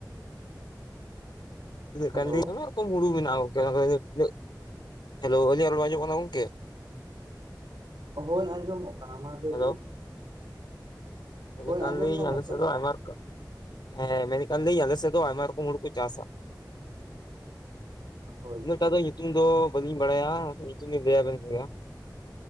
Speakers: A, on the left; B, on the right.
A: ᱛᱤᱱᱟᱹᱜ
B: ᱦᱮᱞᱳ
A: ᱠᱟᱱᱫᱤ ᱟᱭᱢᱟ ᱨᱚᱠᱚᱢ ᱦᱩᱲᱩ ᱢᱮᱱᱟᱜᱼᱟ ᱜᱚᱝᱠᱮ, <unintelligible> ᱦᱮᱞᱳ ᱟᱹᱞᱤᱧ ᱨᱚᱲ ᱟᱧᱡᱚᱡᱢᱚᱜ ᱠᱟᱱᱟ ᱜᱚᱝᱠᱮ?
B: ᱦᱳᱭ ᱟᱸᱡᱚᱢᱚᱜ ᱠᱟᱱᱟ ᱢᱟ ᱞᱟᱹᱭ
A: ᱦᱮᱞᱳ
B: ᱵᱮᱱ
A: ᱢᱮᱱᱮᱫ
B: ᱦᱳᱭ
A: ᱠᱟᱱᱫᱟᱹᱧ
B: ᱟᱸᱡᱚᱢ ᱧᱟᱢᱚᱜ
A: ᱟᱞᱮ ᱥᱮᱫ
B: ᱠᱟᱱᱟ
A: ᱫᱚ ᱟᱭᱢᱟ ᱨᱚᱠᱚᱢ ᱦᱮᱸ ᱢᱮᱱᱮᱫ ᱠᱟᱱ ᱞᱤᱧ ᱟᱞᱮ ᱥᱮᱫ ᱫᱚ ᱟᱭᱢᱟ ᱨᱚᱠᱚᱢ ᱦᱩᱲᱩ ᱠᱚ ᱪᱟᱥᱟ᱾
B: ᱦᱳᱭ
A: ᱤᱱᱟᱹᱜᱴᱟᱜ
B: ᱦᱳᱭ
A: ᱫᱚ ᱧᱩᱛᱩᱢ ᱫᱚ ᱵᱟᱹᱞᱤᱧ ᱵᱟᱲᱟᱭᱟ ᱧᱩᱛᱩᱢ ᱤᱧ ᱞᱟᱹᱭᱟ ᱵᱮᱱ ᱠᱮᱭᱟ